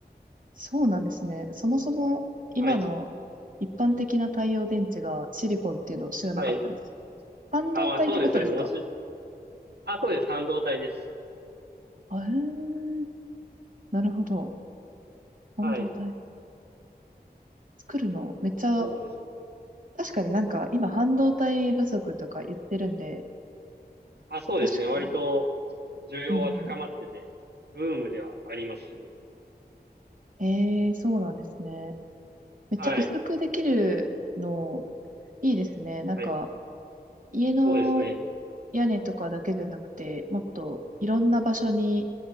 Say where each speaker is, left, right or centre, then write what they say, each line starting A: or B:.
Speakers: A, on the right; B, on the right.
A: そうなんですね。そもそも今の
B: はい。
A: 一般的な太陽電池がシリコンっていうのを知らなかったです。
B: はい。
A: 半導体ってことですか
B: あ、まあそうですよね。もち、あ、そうです。半導体です。
A: あえー、なるほど。半導体。
B: はい。
A: 作るのめっちゃ、
B: そうですね。
A: 確かになんか今半導体不足とか言ってるんで、
B: あ、そうですね。
A: 確かに。
B: 割と需要は高まってて、
A: うんうん。
B: ブームではありますね。
A: ええそうなんですね。めっちゃ薄くできるの
B: はい。
A: いいですね。なんか
B: はい。
A: 家の
B: そうですね。
A: 屋根とかだけじゃなくて、もっといろんな場所に